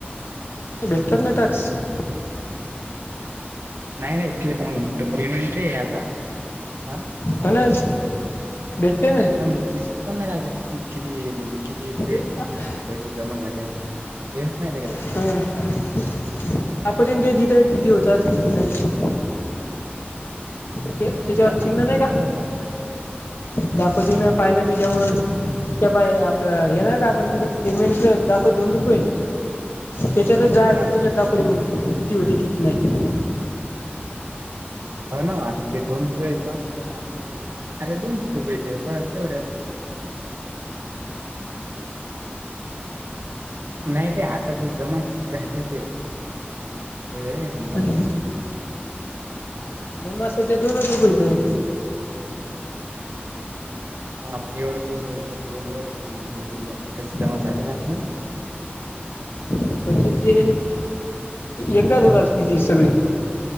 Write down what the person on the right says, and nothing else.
नाही नाही, ते मग पेमेंट आहे आता, हा.
हा मग, दिसत पण नाही आपलं, किती किती म्हणजे किती पेट
किती पैसे जमा झाले <unintelligible> नाहीत अरे.
कोणी कोण
दाखवतो
ते.
हा
हा
हो ना आता ते दोन रुपये दाखवतंय आणि खाली दोनशे रुपये येते बस तेवढंच. नाही ते आाताची जमा किती झाले होते. <unintelligible>
पण आपण एवढे दिवस कसे बोललो <unintelligible>
झालेच असतील ना